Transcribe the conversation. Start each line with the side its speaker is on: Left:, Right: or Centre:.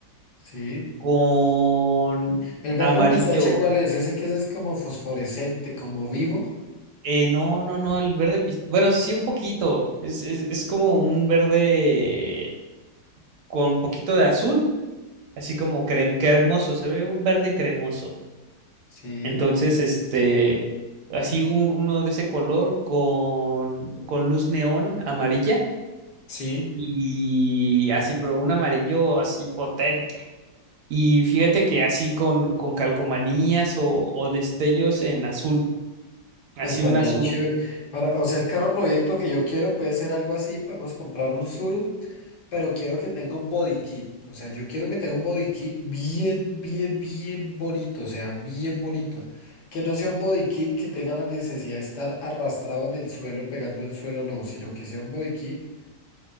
Left: Sí.
Right: con
Left: ¿El verde
Right: amarillo.
Left: pistache cuál es? Ese que es así como fosforescente, como vivo.
Right: Eh, no, no, no, el verde pistache. Bueno, sí, un poquito. Es, es, es como un verde con un poquito de azul, así como crem- cremoso. Se ve un verde cremoso.
Left: Sí.
Right: Entonces, este, así un- uno de ese color con, con luz neón amarilla.
Left: Sí.
Right: Y así, pero un amarillo así potente Y fíjate que así con, con calcomanías o, o destellos en azul, así
Left: Estaría
Right: un azul.
Left: chévere. Para, o sea, el carro proyecto que yo quiero puede ser algo así. Podemos comprar un Suru, pero quiero que tenga un body kit. O sea, yo quiero que tenga un body kit bien, bien, bien bonito. O sea, bien bonito. Que no sea un body kit que tenga la necesidad de estar arrastrado en el suelo, pegando el suelo, no, sino que sea un body kit